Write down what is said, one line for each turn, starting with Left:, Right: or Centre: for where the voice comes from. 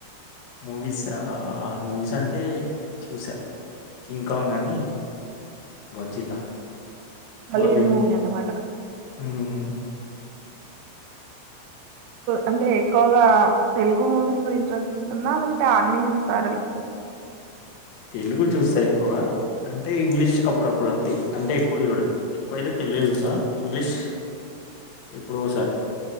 Left: మూవీస్ అమూవీస్ అంటే చూసా కింగ్ కాంగ్ అని గాడ్జిల్లా
Right: హాలీవుడ్
Left: బాలీవుడ్
Right: మూవీ అన్నమాట
Left: ఉ ఉ
Right: అంటే ఎక్కువగా తెలుగు మూవీస్ ఇంట్రెస్ట్ ఉంటుందా లేకంటే ఆ అన్ని చూస్తారా మీక్
Left: తెలుగు చూస్తా ఎక్కువ అంటే ఇంగ్లీష్ అప్పుడప్పుడు అంత అంటే ఎక్కువ చూడడం ఎక్కువైతే తెలుగు చూసా ఇంగ్లీష్ ఇప్పుడు ఒకసారి